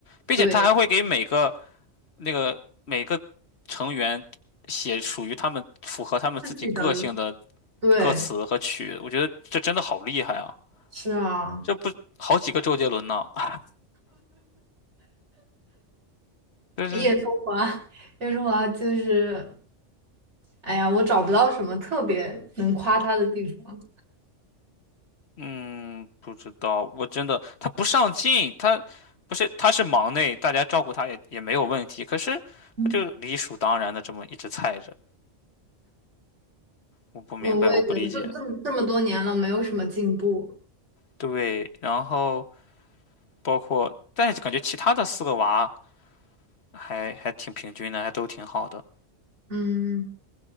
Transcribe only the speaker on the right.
对
自己的，对，
是啊。
叶舒华，<laughs> 叶舒华就是，哎呀，我找不到什么特别能夸她的地方。
嗯，
我我也觉得这这么这么多年了，
没有什么进步。
嗯。